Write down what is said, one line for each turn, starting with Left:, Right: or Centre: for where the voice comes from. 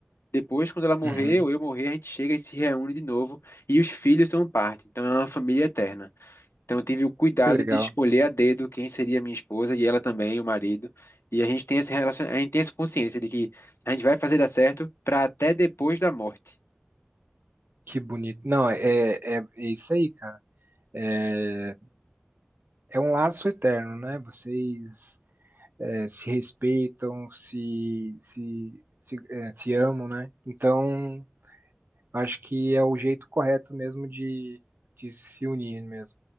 Left: Depois, quando ela morrer
Right: uhum.
Left: ou eu morrer, a gente chega e se reúne de novo e os filhos são parte. Então, é uma família eterna. Então, eu tive o cuidado
Right: Que legal,
Left: de escolher a dedo quem seria minha esposa e ela também, o marido. E a gente tem esse relacion... a gente tem essa consciência de que a gente vai fazer dar certo para até depois da morte.
Right: que bonito. Não, é, é, é isso aí, cara. É, é um laço eterno, né? Vocês é, se respeitam, se, se, se, é, se amam, né? Então Acho que é o jeito correto mesmo de, de se unir mesmo.